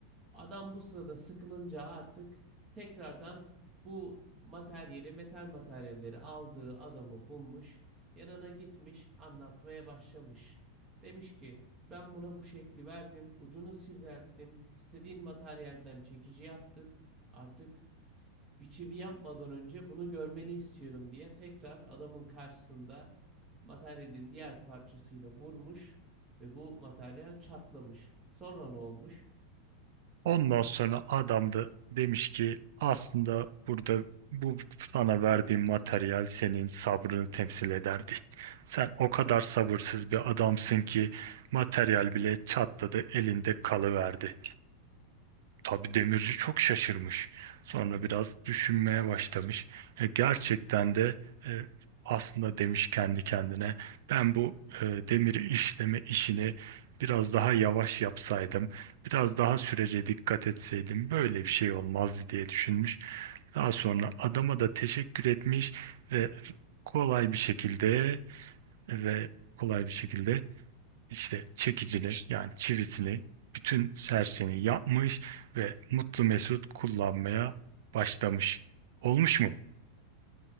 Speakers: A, on the right; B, on the right.
A: Adam bu sırada sıkılınca artık tekrardan bu materyali, metal materyalleri aldığı adamı bulmuş. Yanına gitmiş, anlatmaya başlamış. Demiş ki ben buna bu şekli verdim, ucunu sivrilttim, istediğin materyalden çekici yaptık. Artık bir çivi yapmadan önce bunu görmeni istiyorum diye tekrar adamın karşısında materyalin diğer parçasıyla vurmuş ve bu materyal çatlamış. Sonra ne olmuş?
B: Ondan sonra adam da demiş ki aslında burada bu sana verdiğim materyal senin sabrını temsil ederdi. Sen o kadar sabırsız bir adamsın ki materyal bile çatladı elinde kalıverdi. Tabii demirci çok şaşırmış. Sonra biraz düşünmeye başlamış. E, gerçekten de e, aslında demiş kendi kendine ben bu e, demir işleme işini biraz daha yavaş yapsaydım, biraz daha sürece dikkat etseydim böyle bir şey olmazdı diye düşünmüş. Daha sonra adama da teşekkür etmiş ve kolay bir şekilde ve kolay bir şekilde işte çekicili yani çivisini bütün serseni yapmış ve mutlu mesut kullanmaya başlamış. Olmuş mu?